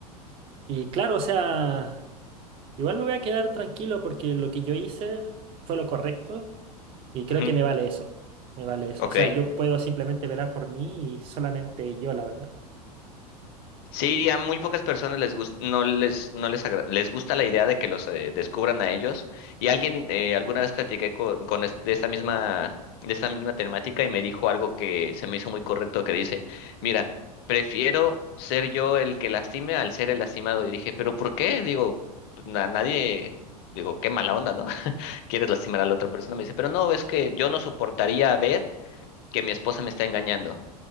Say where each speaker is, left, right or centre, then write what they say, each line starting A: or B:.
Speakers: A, on the right (about 30°); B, on the left (about 40°).
A: Y claro, o sea... Igual me voy a quedar tranquilo porque lo que yo hice fue lo correcto y creo
B: ujú,
A: que me vale eso. Me vale eso.
B: Ok.
A: O sea, yo puedo simplemente velar por mí y solamente yo, la verdad.
B: Sí, a muy pocas personas les gusta, no les, no les, agra- les gusta la idea de que los eh, descubran a ellos. Y alguien, eh, alguna vez platiqué con, con es- de esta misma, de esta misma temática y me dijo algo que se me hizo muy correcto, que dice, mira, prefiero ser yo el que lastime al ser el lastimado. Y dije, ¿pero por qué? Digo, a nadie, digo, qué mala onda, ¿no? <laughs> Quieres lastimar a la otra persona. Me dice, pero no, es que yo no soportaría ver que mi esposa me está engañando